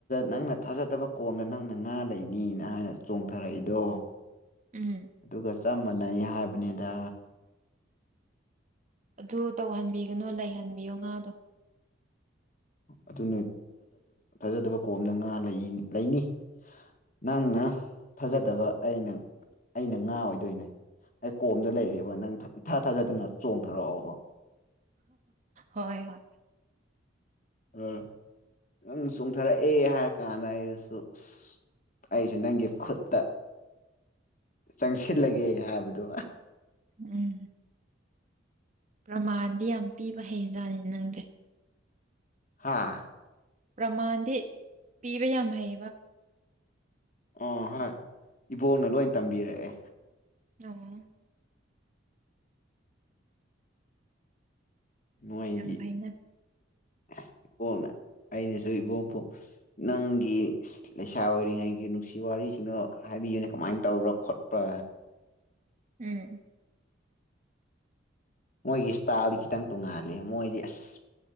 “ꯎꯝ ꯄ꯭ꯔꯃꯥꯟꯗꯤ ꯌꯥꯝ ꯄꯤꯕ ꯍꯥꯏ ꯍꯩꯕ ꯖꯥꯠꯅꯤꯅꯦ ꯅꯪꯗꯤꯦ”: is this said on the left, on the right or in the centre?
Right